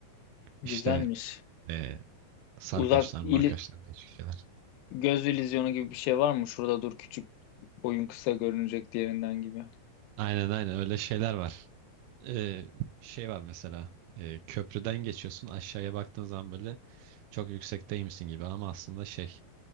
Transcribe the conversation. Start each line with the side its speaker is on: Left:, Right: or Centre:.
Left: Güzelmiş.
Right: İşte eee sarkaçlar,
Left: Uzak
Right: markaçlar
Left: ili,
Right: diye şeyler.
Left: göz illüzyonu gibi bir şey var mı? Şurada dur küçük boyun kısa görünecek diğerinden gibi.
Right: Aynen aynen öyle şeyler var. Eee, şey var mesela. eee, köprüden geçiyorsun aşağıya baktığın zaman böyle çok yüksekteymişsin gibi ama aslında şey